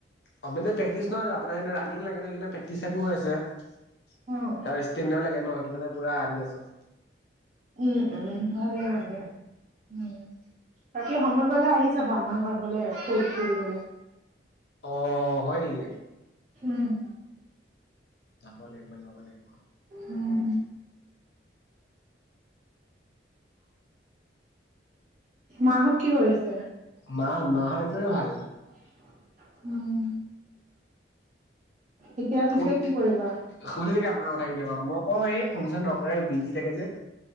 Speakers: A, on the left; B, on the right.
A: প্ৰেকটিচ নহয় আপোন ৰাণিং লাগে প্ৰেকচটো হৈ আছে ইয়াৰ
B: অ'
A: ইস্তেনদাৰ লাগে ন সেটো মানে পুৰা <unintelligible> আছো
B: উম-উম-উম ভালেই-ভালে উম। বাকী সময় পালে আহি যাবা আমাৰ ঘৰ ফালেত ফু ফুৰিবলে।
A: অ হয় নেকি?
B: উম।
A: যাব লাগিব-যাবা লাগিব।
B: উম, মাহত কি কৰিছে?
A: মাহ-মাহত-মাহত একও ভাল।
B: উম। এতিয়া
A: সু-সুধিল
B: পিছে
A: থে
B: কি কৰিবা?
A: আপোনাৰ কথা কেতিয়া ক মই কওঁ এই ফোন চোন নকৰেই বিজি থাকে যে।